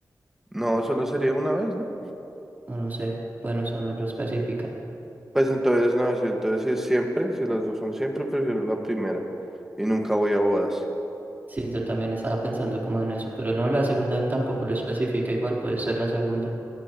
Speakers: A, in the centre; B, on the right.
A: No, solo sería una vez, ¿no?
B: o no sé. Bueno, eso no lo especifica.
A: Pues entonces no, sí, entonces si es siempre, si las dos son siempre, prefiero la primera y nunca voy a bodas.
B: Sí, yo también estaba pensando como en eso, pero no, la segunda tampoco lo especifica, igual puede ser la segunda.